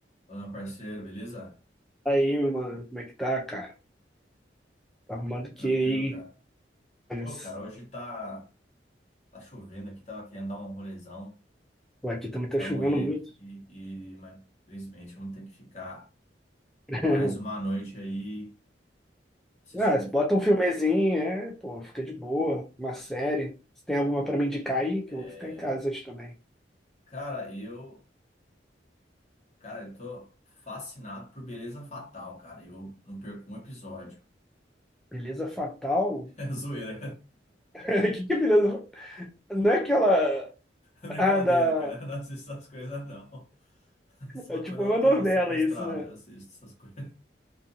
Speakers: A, on the left; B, in the centre.
A: Fala, meu parceiro, beleza?
B: Aí, mano, como é que tá, cara? Tá arrumando que
A: Tranquilo,
B: aí?
A: cara.
B: Mas,
A: Pô, cara, hoje tá, tá chovendo aqui, tava querendo dar um rolezão
B: pô, aqui também tá
A: com
B: chovendo
A: a mulher
B: muito.
A: aqui, e, mas infelizmente vamos ter que ficar
B: <laughs>
A: mais uma noite aí assistindo
B: Ah, se bota um filmezinho,
A: filme. cara.
B: é, pô, fica de boa. Uma série. Se tem alguma pra me indicar aí, que
A: É,
B: eu vou ficar em casa hoje também.
A: cara, eu, cara, eu tô fascinado por Beleza Fatal, cara. Eu não perco um episódio. <laughs>
B: Beleza Fatal? <laughs>
A: É zoeira.
B: O que que é Beleza Fatal? Não é aquela...
A: <laughs> Brincadeira,
B: Ah, da...
A: cara. Eu não assisto essas coisas, não. Só
B: É tipo
A: quando eu
B: uma
A: tô
B: novela
A: sequestrado,
B: isso, né?
A: eu assisto essas coisas.